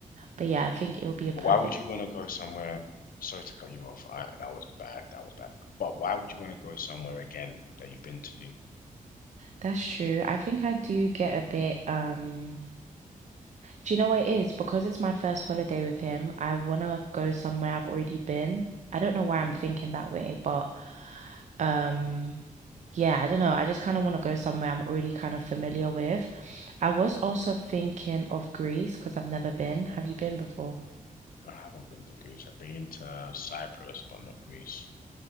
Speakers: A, on the right; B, on the left.
A: but yeah, I think it will be a perfect.
B: But why would you want to go somewhere? Sorry to cut you off. I, that was bad. That was bad. But why would you want to go somewhere again that you've been to?
A: That's true. I think I do get a bit, um, do you know what it is? Because it's my first holiday with him, I wanna go somewhere I've already been. I don't know why
B: Mhm.
A: I'm thinking that way, but um, yeah, I don't know. I just kind of want to go somewhere I'm already kind of familiar with. I was also thinking of Greece because I've never been. Have you been before?
B: I haven't been to Greece. I've been to Cyprus, but not Greece.